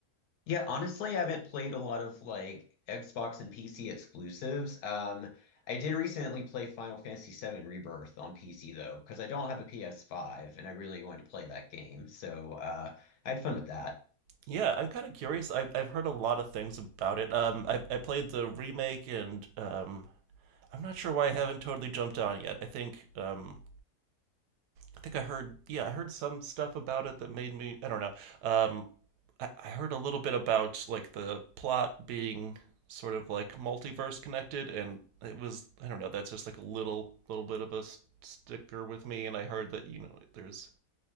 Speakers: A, on the left; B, on the right.
A: Yeah, honestly, I haven't played a lot of like Xbox and PC exclusives. Um, I did recently play Final Fantasy VII Rebirth on PC though, because I don't have a PS5 and I really wanted to play that game. So uh, I had fun with that.
B: Yeah, I'm kind of curious. I've I've heard a lot of things about it. Um, I I played the remake, and um, I'm not sure why I haven't totally jumped on yet. I think um, I think I heard yeah, I heard some stuff about it that made me I don't know. Um, I, I heard a little bit about like the plot being sort of like multiverse connected, and it was I don't know. That's just like a little little bit of a s- sticker with me. And I heard that you know there's